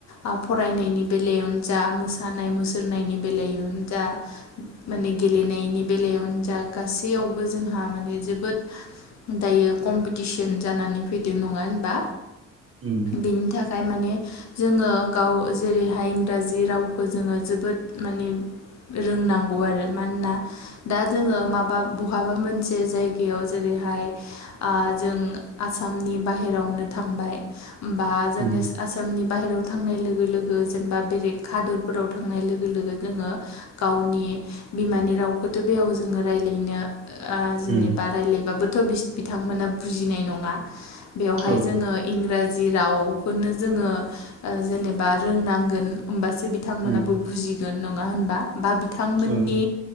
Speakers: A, on the left; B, on the right.
A: ओ फरायनायनि बेलायावनो जा मोसानाय मुसुरनायनि बेलायावनो जा माने गेलेनायनि बेलायावनो जा गासैयावबो जोंहा माने जोबोद दायो कम्पिटिसन जानानै फैदों नङा होनबा
B: उम
A: बिनि थाखाय माने जोङो गाव जेरैहाय इंराजि रावखौ जोङो जोबोद माने रोंनांगौ आरो मानोना दा जोङो माबा बहाबा मोनसे जायगायाव जेरै बेहाय ओ जों आसामनि बाहेरावनो थांबाय बा जोंनिस
B: उम
A: आस नि बाहेराव थांनाय लोगो लोगो जेनेबा बेे हादोरफोराव थांनाय लोगो लोगो जोङो गाव नि बिमानि रावखौथ' बेयाव जोङो रायलायनो ओ जेनेबा
B: उम
A: रायलायबाबोथ' बिथांमोना बुजिनाय नङा बेवहाय
B: औ
A: जोङो इंराजि रावखौनो जोङो ओ जेनेबा रोंनांगोन होमबासो बिथांमोनाबो
B: उम
A: बुजिगोन नङा होनबा बा बिथांमोननि
B: औ